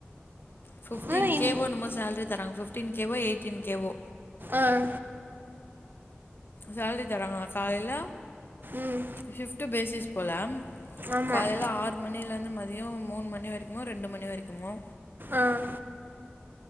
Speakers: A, on the left (about 55°); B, on the right (about 50°).
A: பிப்டீன்
B: ஆனால் இந்
A: கேவோ என்னமோ சேலரி தராங்க பிப்டீ கேவோ எயிட்டீன் கேவோ
B: ஆஹ்
A: சேல்ரி தராங்களா காலையில
B: ம்
A: ஷிஃப்ட்டு பேசிஸ் போல
B: ஆமாம்
A: காலையில ஆறு மணில இருந்து மதியம் மூணு மணி வரைக்குமோ ரெண்டு மணி வரைக்குமோ
B: ஆஹ்